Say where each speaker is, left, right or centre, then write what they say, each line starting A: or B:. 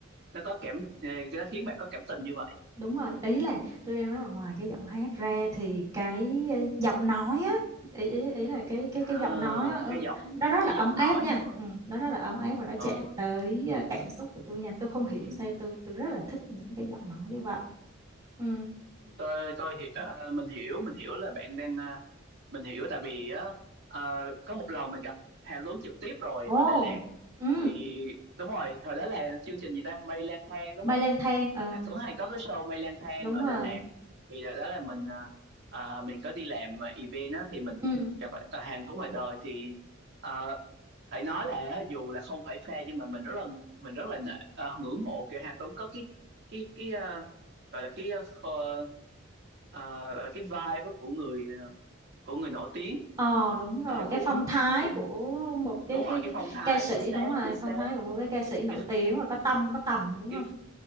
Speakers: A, on the right; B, on the right.
A: nó có cảm ờ, nó khiến bạn có cảm tình như vậy
B: đúng rồi ý là tôi đang nói là ngoài cái giọng hát ra thì cái ờ, giọng nói á ý ý ý là cái cái
A: à,
B: cái giọng nói á, ừ,
A: cái giọng
B: nó rất là
A: cái
B: ấm
A: giọng
B: áp
A: nói
B: nha
A: nữa
B: ừ, nó rất là ấm áp và nó
A: Ờ,
B: chạm tới ờ, cảm xúc của tôi nha tôi không hiểu
A: ừ.
B: sao tôi tôi rất là thích những cái giọng nói như vậy ừ
A: tôi tôi hi- ờ, mình hiểu mình hiểu là bạn đang ờ, mình hiểu tại vì á, ờ, có một lần mình gặp Hàn Tuấn trực tiếp rồi
B: Ồ,
A: ở Đà Lạt
B: ừ,
A: thì đúng rồi hồi đó là chương trình gì ta mây lang thang đúng
B: mây
A: không
B: lang thang, ờ,
A: anh Tuấn hay có cái show Mây Lang Thang
B: đúng
A: ở
B: rồi.
A: Đà Lạt thì đó đó là mình à, à, mình có đi làm ờ, event đó thì mình
B: Ừ,
A: gặp à, hàng Tuấn ngoài đời thì ờ, phải nói là á, dù là không phải fan nhưng mà mình rất là mình rất là nể- ờ, ngưỡng mộ kiểu hàng Tuấn có cái cái cái ờ, gọi là cái ờ, kho- ờ, gọi là cái vibe á của người ờ, của người nổi tiếng
B: ờ, đúng rồi,
A: Ờ,
B: cái
A: của
B: phong thái
A: cũng
B: của một cái,
A: đúng rồi
B: cái
A: cái
B: cái
A: phong thái
B: ca sĩ,
A: chính xác
B: đúng rồi,
A: chính xác
B: phong thái của một cái ca sĩ nổi
A: cái
B: tiếng và có tâm, có tầm, đúng
A: cái
B: không?